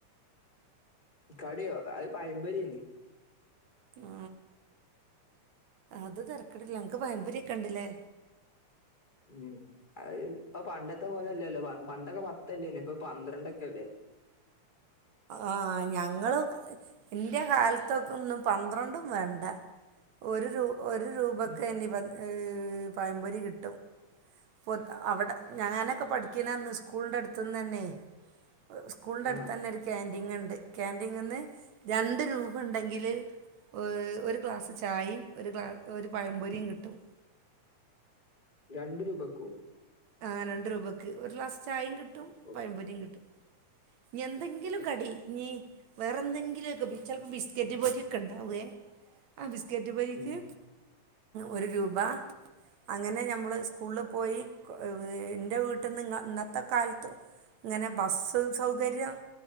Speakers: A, on the left (about 20°); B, on the right (about 70°).
A: കടിയോ അത് പയമ്പരന്നീ
B: ആ അത് തെരകെടില്ല അൻക് പയംപൊരികെ ണ്ട് ലെ
A: ഉം അ ഇപ്പ പണ്ടത്തെ പോലെല്ലല്ലോ പണ്ടൊക്കെ പത്തല്ലേ ഇപ്പൊ പന്ത്രണ്ടൊക്കെല്ലേ
B: ആ ഞങ്ങള് എന്റെ കാലത്തൊക്ക ഒന്നും പന്ത്രണ്ടും വേണ്ട ഒരു രൂ ഒരു രൂപക്ക്നി
A: ഉം
B: ഈ പഴംപൊരി കിട്ടും പൊ അവിടെ ഞാനൊക്കെ പഠിക്കണന്ന് സ്കൂളിൻന്റെ അടുത്തുന്ന്ു തന്നെ സ്കൂളിൻ്റെ അടുത്ത്
A: ആ
B: തന്നെ ഒരു ക്യാാന്റ്റീൻ ഇണ്ട് ക്യാന്റ്റീൻ നിന്ന് രണ്ട് രൂപ ഉണ്ടെങ്കിൽ ഒ ഒരു ഗ്ലാസ് ചായയും ഒരു ഗ്ലാ ഒരു പഴംപൊരിയും കിട്ടും
A: രണ്ടു രൂപക്കൂ
B: ആ രണ്ട് രൂപക്ക് ഒരു ഗ്ലാസ് ചായയും കിട്ടും
A: ഓ.
B: പയപൊരിയും കിട്ടും എന്തെങ്കിലും കടി വേറെന്തെങ്കിലുമൊക്കെ ചപ്പോ ബിസ്ക്കറ്റ് പോലൊക്കെ ഉണ്ടാവേ ആ ക്കറ്റ് പരിക്ക്
A: ഉം
B: ഒരു രൂപ അങ്ങനെ നമ്മൾ സ്കൂളിൽ പോയി എ്ന്റെ വീട്ടിൽ നിങ്ങ ഇന്നത്തെ കാലത്ത് ഇങ്ങനെ ബസ്സും സൗകര്യം